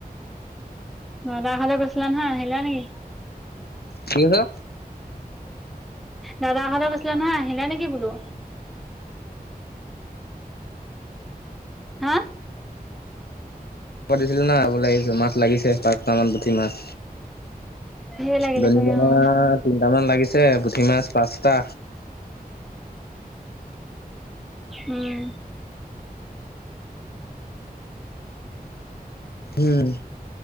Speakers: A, in the centre; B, on the left.
A: দাদা ঘলে গৈছিলা নহয় আহিলা নেকি
B: ঠিক আছে
A: দাদাৰ ঘৰলে গৈছিলে নহয় আহিলে নেকি বোলো হা
B: দিছিলো নি মাছ লাগিছে পচটামান পুঠি মাছ
A: ধেৰ লাগিলে
B: দনি
A: চাগে
B: কণা
A: অ
B: তিনি কেইটামান লাগিছে পুঠি মাছ পাঁচটা
A: উম।
B: উম